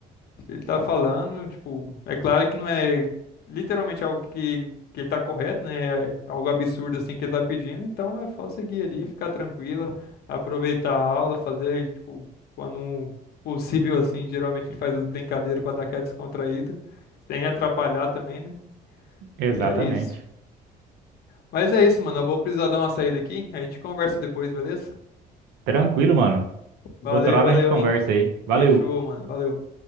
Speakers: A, on the left; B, on the right.
A: se ele tá falando, tipo, é claro que não é literalmente algo que, que ele tá correto, né? É algo absurdo assim que ele tá pedindo, então é só seguir ali, ficar tranquilo, aproveitar a aula, fazer, tipo, quando um possível, assim, geralmente a gente faz as brincadeiras pra dar aquela descontraída, sem atrapalhar também, né?
B: exatamente.
A: E é isso. Mas é isso, mano. Eu vou precisar dar uma saída aqui. A gente conversa depois, beleza?
B: Tranquilo, mano.
A: Valeu,
B: Outra hora
A: valeu,
B: a gente conversa
A: hein?
B: aí. Valeu.
A: Fechou, mano. Valeu.